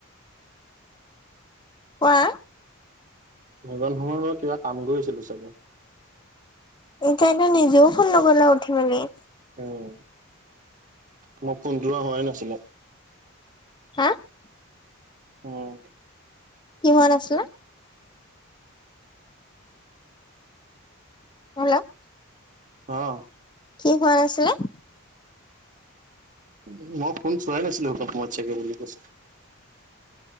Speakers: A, on the left; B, on the right.
A: কোৱা।
B: মই সেই সময়ত মই কিবা কাম কৰি আছিলোঁ চাগে।
A: সেই কাৰণে নিজেওঁ ফোন নকৰিলা অ উঠি মেলি।
B: উম, মই ফোন যোৱা হোৱাই নাছিলে।
A: হা
B: উম।
A: কি হোৱা নাছিলে। <inaudible>
B: অঁ
A: কি হোৱা নাছিলে?
B: উম, মই ফোন চোৱাই নাছিলো সেই টো সময়ত চাগে বুলি কৈছোঁ।